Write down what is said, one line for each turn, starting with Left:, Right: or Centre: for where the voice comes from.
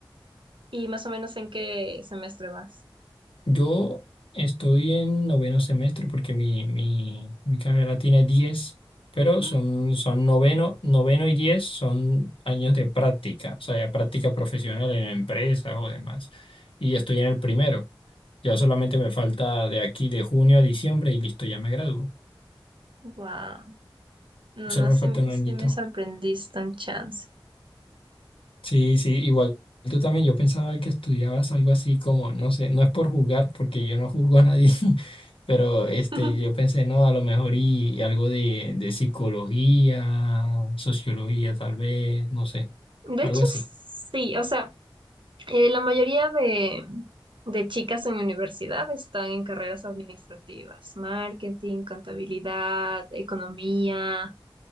Right: ¿Y más o menos en qué semestre vas?
Left: Yo estoy en noveno semestre porque mi, mi, mi carrera tiene 10, pero
Right: <gasps>
Left: son, son noveno, noveno y 10 son años de práctica, o sea, ya práctica profesional en empresas o demás. Y estoy en el primero. Ya solamente me falta de aquí, de junio a diciembre, y listo, ya me gradúo.
Right: Wow. No,
Left: Solo
Right: no,
Left: me
Right: sí,
Left: falta
Right: me-
Left: un añito.
Right: sí me sorprendiste un chance.
Left: Sí, sí, igual tú también, yo pensaba que estudiabas algo así como, no sé, no es por jugar, porque yo no juzgo a nadie, <laughs> pero este,
Right: <laughs>
Left: yo pensé, no, a lo mejor y, y algo de, de psicología, sociología tal vez, no sé,
Right: De
Left: algo
Right: hecho,
Left: así.
Right: sí, o sea, eh, la mayoría de, de chicas en mi universidad están en carreras administrativas, marketing, contabilidad, economía.